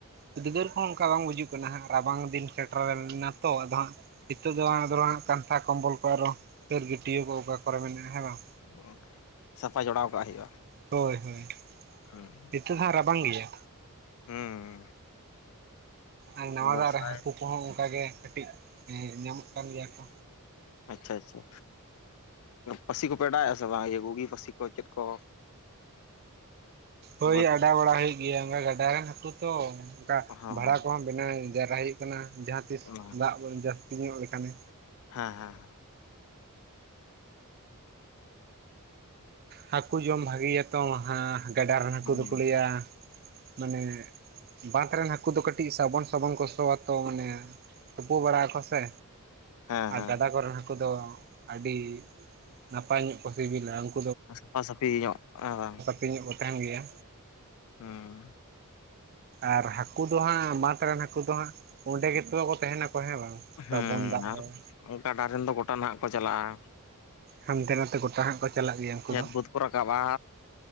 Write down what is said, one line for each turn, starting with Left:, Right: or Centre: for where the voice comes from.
Right: ᱩᱫᱟᱹᱨ ᱠᱚᱦᱚᱸ ᱚᱝᱠᱟ ᱵᱟᱝ ᱵᱩᱡᱩᱜ ᱠᱟᱱᱟ᱾ ᱠᱟᱱᱟ ᱦᱟᱸᱜ ᱨᱟᱵᱟᱝ ᱫᱤᱱ ᱥᱮᱴᱮᱨ ᱞᱮᱱ ᱱᱟ ᱛᱚ ᱟᱫᱚ ᱦᱟᱸᱜ ᱱᱤᱛᱚᱜ ᱫᱚ ᱦᱟᱸᱜ ᱠᱟᱱᱛᱷᱟ ᱠᱚᱢᱵᱚᱞ ᱠᱚ ᱟᱨᱚ ᱫᱟᱹᱨ ᱜᱟᱹᱴᱭᱟᱹ ᱠᱚ ᱚᱠᱟ ᱠᱚᱨᱮ ᱢᱮᱱᱟᱜᱼᱟ ᱦᱮᱸ ᱵᱟᱝ?
Left: ᱩᱸ ᱥᱟᱯᱷᱟ ᱡᱚᱲᱟᱣ ᱠᱟᱜ ᱦᱩᱭᱩᱜᱼᱟ᱾
Right: ᱦᱳᱭ ᱦᱳᱭ᱾
Left: ᱩᱸ᱾
Right: ᱱᱤᱛᱟᱜ ᱦᱟᱸᱜ ᱨᱟᱵᱟᱝ ᱜᱮᱭᱟ᱾
Left: ᱦᱩᱸ᱾
Right: ᱟᱨ ᱱᱟᱣᱟ
Left: ᱵᱚᱨᱥᱟᱭ
Right: ᱫᱟᱜ ᱨᱮ ᱦᱟᱹᱠᱩ ᱠᱚᱦᱚᱸ ᱚᱱᱠᱟ ᱜᱮ ᱠᱟᱹᱴᱤᱡ ᱮᱸ ᱧᱟᱢᱚᱜ ᱠᱟᱱ ᱜᱮᱭᱟ ᱠᱚ᱾
Left: ᱟᱪᱪᱷᱟ ᱟᱪᱪᱷᱟ᱾ ᱯᱟᱹᱥᱤ ᱠᱚ ᱯᱮᱰᱟᱭᱟ ᱥᱮ ᱵᱟᱝ? ᱜᱩᱜᱤ ᱯᱟᱹᱥᱤ ᱠᱚ ᱪᱮᱫ ᱠᱚ
Right: ᱦᱳᱭ
Left: ᱵᱟᱹᱫᱽ
Right: ᱚᱰᱟᱣ ᱵᱟᱲᱟ ᱦᱩᱭᱩᱜ ᱜᱮᱭᱟ ᱚᱱᱠᱟ ᱜᱟᱰᱟ ᱨᱮᱱ ᱦᱟᱹᱠᱩ ᱛᱚ ᱚᱱᱠᱟ
Left: ᱦᱚᱸ
Right: ᱵᱷᱟᱲᱟ ᱠᱚᱦᱚᱸ ᱵᱮᱱᱟᱣ ᱡᱟᱣᱨᱟ ᱦᱩᱭᱩᱜ ᱠᱟᱱᱟ ᱡᱟᱦᱟᱸ ᱛᱤᱥ
Left: ᱚᱱᱟ
Right: ᱫᱟᱜ ᱡᱟᱹᱥᱛᱤ ᱧᱚᱜ ᱞᱮᱠᱷᱟᱱᱮ
Left: ᱦᱮᱸ ᱦᱮᱸ᱾
Right: ᱦᱟᱹᱠᱩ ᱡᱚᱢ ᱵᱷᱟᱹᱜᱮᱭᱟᱛᱚ ᱦᱟᱸ ᱜᱟᱰᱟ ᱨᱮᱱ ᱦᱟᱹᱠᱩ
Left: ᱦᱩᱸ
Right: ᱫᱚᱠᱚ ᱞᱟᱹᱭᱟ ᱢᱟᱱᱮ ᱵᱟᱸᱫᱽ ᱨᱮᱱ ᱦᱟᱹᱠᱩ ᱫᱚ ᱠᱟᱹᱴᱤᱡ ᱥᱟᱵᱚᱱ ᱥᱟᱵᱚᱱ ᱠᱚ ᱥᱚᱣᱟᱛᱚ ᱢᱟᱱᱮ ᱛᱩᱯᱩ ᱵᱟᱲᱟ ᱟᱠᱚ ᱥᱮ
Left: ᱦᱮᱸ
Right: ᱟᱨ
Left: ᱦᱮᱸ
Right: ᱜᱟᱰᱟ ᱠᱚᱨᱮᱱ ᱦᱟᱹᱠᱩ ᱫᱚ ᱟᱹᱰᱤ ᱱᱟᱯᱟᱭ ᱧᱚᱜ ᱠᱚ ᱥᱤᱵᱤᱞᱟ ᱩᱝ
Left: ᱥᱟᱯᱷᱟ ᱥᱟᱹᱯᱷᱤ ᱧᱚᱜ ᱦᱮᱸ ᱵᱟᱝ?
Right: <inaudible> ᱧᱚᱜ ᱠᱚ ᱛᱟᱦᱮᱸᱱ ᱜᱮᱭᱟ᱾
Left: ᱦᱩᱸ᱾
Right: ᱟᱨ ᱦᱟᱹᱠᱩ ᱫᱚ ᱦᱟᱸᱜ ᱢᱟᱸᱫᱽ ᱨᱮᱱ ᱦᱟᱹᱠᱩ ᱫᱚ ᱦᱟᱸᱜ ᱚᱸᱰᱮ ᱜᱮᱛᱚᱮ ᱠᱚ ᱛᱟᱦᱮᱸᱱᱟᱠᱚ ᱦᱮᱸ ᱵᱟᱝ?
Left: ᱦᱮᱸ
Right: ᱥᱟᱵᱚᱱ ᱫᱟᱜ
Left: ᱟᱨ
Right: ᱨᱮ
Left: ᱜᱟᱰᱟ ᱨᱮᱱ ᱫᱚ ᱜᱚᱴᱟ ᱱᱟᱦᱟᱸᱜ ᱠᱚ ᱪᱟᱞᱟᱜᱼᱟ᱾
Right: ᱦᱟᱸᱱᱛᱮ ᱱᱟᱱᱛᱮ ᱜᱚᱴᱟ ᱦᱟᱸᱜ ᱠᱚ ᱪᱟᱞᱟᱜ ᱜᱮᱭᱟ ᱩᱱᱠᱩ
Left: ᱠᱷᱮᱛ
Right: ᱫᱚ
Left: ᱵᱟᱹᱫᱽ ᱠᱚ ᱨᱟᱠᱟᱵᱼᱟ